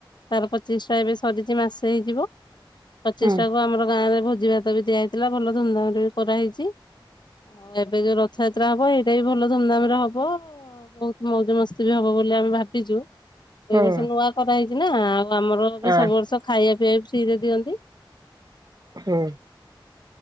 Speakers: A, on the left; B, on the right.
A: ତାର ପ୍ରତିଷ୍ଠା ଟା ଏବେ ସମା ସରିଛି ମାସେ ହେଇଯିବ ପ୍ରତିଷ୍ଠା
B: ହୁଁ
A: ଟା କୁ ଆମର ଗାଁରେ ଭୋଜି ଭାତ ବି ଦିଆହେଇଛି। ଥିଲା ଭଲ ଧୁମଧାାମ ରେ ବି କରାହେଇଛି। ଆଉ ଏବେ ଯୋଉ ରଥଯାତ୍ରା ହବ ଏଇଟା ବି ଭଲ ଧୁମଧାମ ରେ ହବ। ବହୁତ ମଉଜ ମସ୍ତି ବି ହବ ବୋଲି ଆମେ ଭାବିଛୁ। ଏଇ
B: ହୁଁ
A: ବର୍ଷ ନୂଆ କରାହେଇଛି ନା ଆଉ ଆମର ବି
B: ଆ
A: ସବୁ ବର୍ଷ ଖାଇବା ପିଇବା ବି ଫ୍ରି ରେ ଦିଅନ୍ତି।
B: ହଁ।